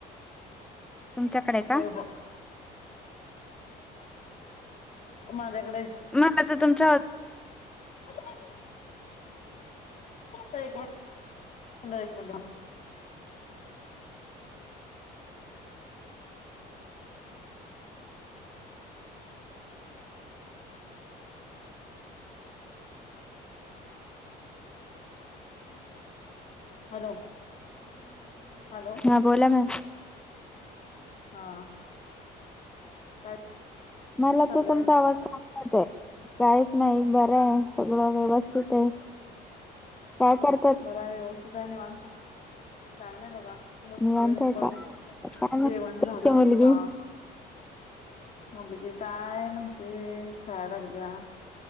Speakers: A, in the centre; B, on the left.
A: तुमच्याकडे का
B: होय होय माझ्याकडे
A: मग आता तुमच्या
B: <inaudible> एक मिनिट एक मिनिट <inaudible> हॅलो हॅलो
A: हा बोला मॅम
B: हा काय
A: मला
B: चाललंय
A: तर तुमचा आवाज चांगला येत आहे काहीच नाही बरं आहे सगळं व्यवस्थित आहे. काय कर
B: बरा व्यवस्थित आहे निवांत काय नाही बघा बसलोय
A: निवांत
B: मी
A: आहे
B: पण
A: का? काय नाही
B: जेवण झालं
A: तुमची
B: आता
A: मुलगी?
B: मुलगी काय म्हणते खेळायला लागल्या